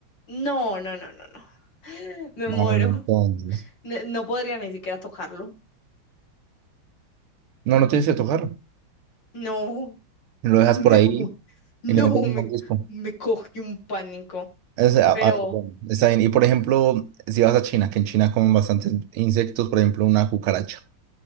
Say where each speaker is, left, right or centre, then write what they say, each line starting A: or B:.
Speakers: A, on the left; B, on the right.
A: no, no, no, no, no. <gasps> Me
B: Mano,
A: muero.
B: entonces.
A: No, no podría ni siquiera tocarlo.
B: No, no tienes que tocar.
A: No,
B: Lo
A: <laughs>
B: dejas
A: me
B: por ahí
A: mu- No,
B: y le metes un
A: me,
B: mordisco.
A: me coge un pánico.
B: Es, a-
A: Pero
B: a- bueno, está bien. Y por ejemplo, si vas a China, que en China comen bastantes insectos, por ejemplo, una cucaracha.